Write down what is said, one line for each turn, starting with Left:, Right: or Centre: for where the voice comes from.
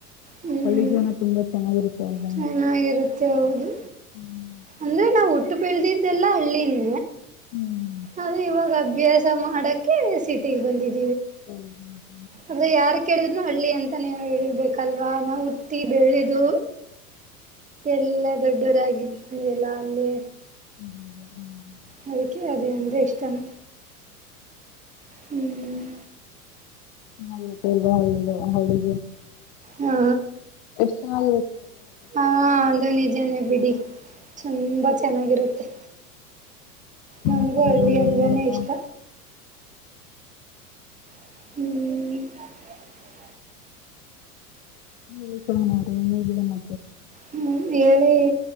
Right: ಹ್ಮ್
Left: ಹಳ್ಳಿ ಜೀವನ ತುಂಬಾ ಚೆನ್ನಾಗಿರುತ್ತೆ ಅಲ್ವಾ
Right: ಚೆನ್ನಾಗಿರುತ್ತೆ ಚೌದು
Left: ಹ್ಮ್
Right: ಅಂದ್ರೆ ನಾವುಟ್ಟ ಬೆಳೆದಿದ್ದೆಲ್ಲ ಹಳ್ಳಿ ನೀ
Left: ಹ್ಮ್
Right: ಆದ್ರೆ ಇವಾಗ ಅಭ್ಯಾಸ ಮಾಡಕ್ಕೆೆ ಸಿಟಿಿಗೆ ಬಂದಿದ್ದ್
Left: ಹ್ಮ ಹ
Right: ಅ್ರ ಯಾರ್ ಕೇಳಿದ್ನನು ಹಳ್ಳಿ ಅಂತ ನೀವು ಹೇಳ್ಬೇಕಲ್ವಾ ಅನ ಹುಟ್ಟಿ ಬೆಳೆದು ಎಲ್ಲಾ ದೊಡ್ಡವರಾಗಿದಲ್ಲ ಅಲ್ಲಿ
Left: ಹ್ಮ ಹ್ಮ್ <unintelligible>
Right: ಮದಕ ಅದ ಅಂದ ಇಷ್ಟಮ ಹ್ಮ್
Left: ಹ ಗ <unintelligible> ಇಲ್ವಾ ಹಳ್ಳ ಹಳ್ಳ
Right: ಹಾ
Left: ಸಲ್
Right: ಹಾ ಅದು ನಿಜಾನೇ ಬಿಡಿ ತುಂಬಾ ಚೆನ್ನಾಗಿರುತ್ತೆ
Left: ಸಮಾಚಾರಗಳು
Right: ನಮಗೂ ಹಳ್ಳಿ ಅಂದ್ರನೇ
Left: ಎಲ್ಲ
Right: ಇಷ್ಟ ಹ್ಮ್
Left: ಹೇಳಿಕಣ <unintelligible> ನೋ್ರಿ ಏನ್ ಹೇಗಿದೆನ್ನ
Right: ಹ್ಮ್ ಹೇಳಿ